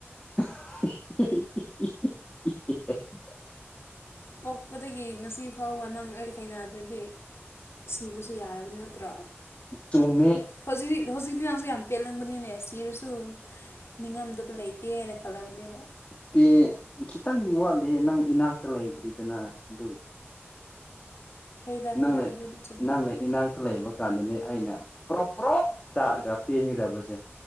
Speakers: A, on the left; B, on the left.
A: <unintelligible>
B: ꯄꯣꯛꯄꯗꯒꯤ ꯉꯁꯤ ꯐꯥꯎꯕ ꯅꯪ ꯑꯩ ꯊꯦꯡꯅꯗ꯭ꯔꯗꯤ ꯁꯤꯒꯔ꯭ ꯁꯨ ꯌꯥꯔꯕ ꯅꯠꯇ꯭ꯔꯣ
A: ꯆꯨꯝꯃꯦ
B: ꯍꯧꯖꯤꯛ ꯍꯧꯖꯤꯛꯇꯤ ꯂꯥꯡꯁꯨ ꯌꯥꯝ ꯄꯦꯜꯂꯝꯕꯅꯤꯅꯦ ꯁꯤꯔꯁꯨ ꯅꯤꯡꯉꯝꯗꯕ ꯂꯩꯇꯦ ꯍꯥꯏꯅ ꯈꯜꯂꯝꯅꯤꯕ
A: ꯎ ꯄꯦ ꯈꯤꯇꯪꯗꯤ ꯋꯥꯠꯂꯤꯦ ꯅꯪ ꯏꯅꯥꯛꯇ ꯂꯩꯇ꯭ꯔꯤꯗꯅ ꯑꯗꯨ
B: ꯍꯣꯏꯗ
A: ꯅꯪ
B: ꯍꯣꯏꯗ
A: ꯂꯩ
B: ꯑꯗꯨꯗꯤ ꯆꯨꯝꯃꯦ
A: ꯅꯪ ꯂꯩ ꯏꯅꯥꯛꯇ ꯂꯩꯕ ꯀꯥꯟꯗꯅꯦ ꯑꯩꯅ ꯄꯨꯔꯣ ꯄꯨ꯭ꯔꯣꯞ ꯆꯥꯛꯑꯒ ꯄꯦꯟꯒꯗꯕꯁꯦ